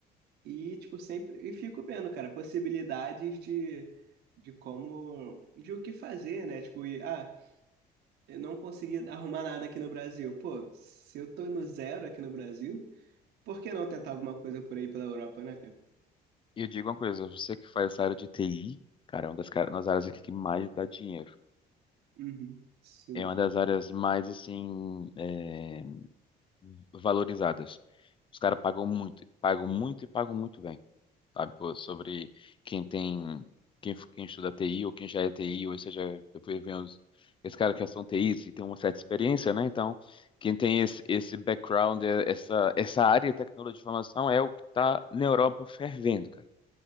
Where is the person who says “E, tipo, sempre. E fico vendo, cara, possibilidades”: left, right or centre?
Right